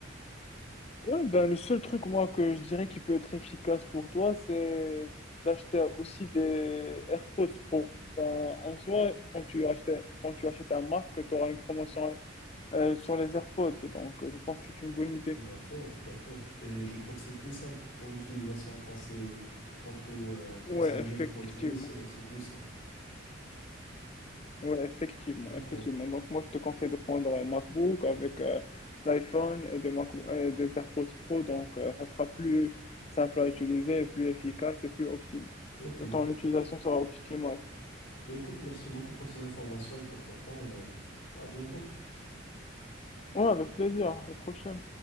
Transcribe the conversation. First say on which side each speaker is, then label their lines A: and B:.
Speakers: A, on the left; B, on the left.
A: ouais, ben, le seul truc, moi, que je dirais qui peut être efficace pour toi, c'est d'acheter aussi des AirPods Pro. Ben, en soi, quand tu achètes, quand tu achètes un Mac, tu auras une promotion euh, sur les AirPods. Donc, euh, je pense que c'est une bonne idée.
B: D'accord, d'accord. Et je crois que c'est plus simple pour l'utilisation quand c'est quand au, euh,
A: Ouais,
B: quand c'est le
A: effectivement.
B: même produit, c'est c'est plus simple.
A: Ouais, effectivement,
B: D'accord.
A: effectivement. Donc, moi, je te conseille de prendre un MacBook avec euh, l'iPhone et des, Mac et des AirPods Pro. Donc, euh, ça sera plus simple à utiliser, et plus efficace et plus optimal.
B: Ok.
A: Ton utilisation sera optimale.
B: Ben écoute, merci beaucoup pour tes informations et pour ton temps et euh, à bientôt.
A: Ouais, avec plaisir. Au prochain.